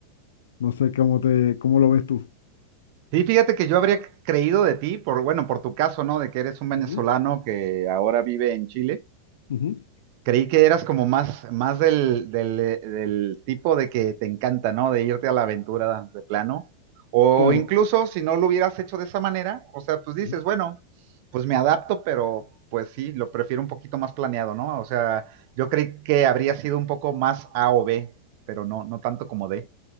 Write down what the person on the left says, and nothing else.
No sé cómo te, cómo lo ves tú.
Ujú,
ujú,
Claro,
ujú,